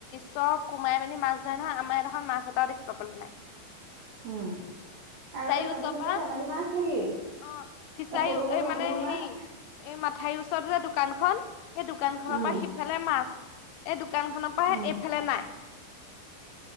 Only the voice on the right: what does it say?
আহ।
আগতে নদী
খনতে
ধেমালি মাছ নেকি
সৰু সৰু
ইলীচ
মাছ।
উম,
উম।